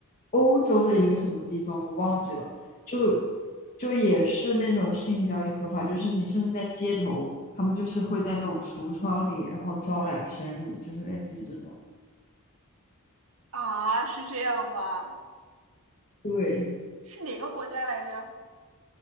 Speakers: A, on the left; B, on the right.
A: 欧洲的一个什么地方，我忘记了。就就也是那种性交易合法，就是你甚至在街头，他们就是会在那种橱窗里，然后招揽生意，就是类似于这种。
B: 啊，是这样吗？
A: 对，
B: 是哪个国家来着？